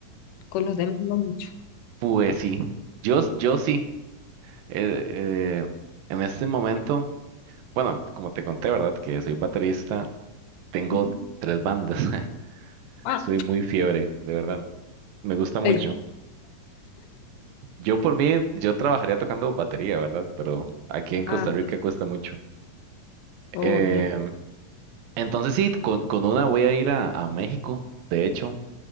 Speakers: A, on the left (about 75°); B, on the right (about 85°).
A: con los demás no mucho.
B: Pues sí, yo, yo sí. eh, eh, en este momento, bueno, como te conté, ¿verdad? Que soy baterista, tengo
A: Ujú.
B: tres bandas. <laughs>
A: Ah,
B: Soy muy fiebre, de verdad. Me gusta mucho.
A: el-
B: Yo por mí, yo trabajaría tocando batería, ¿verdad? Pero aquí en Costa
A: ah,
B: Rica cuesta mucho.
A: oye,
B: Eh, entonces sí, con, con una voy a ir a, a México, de hecho,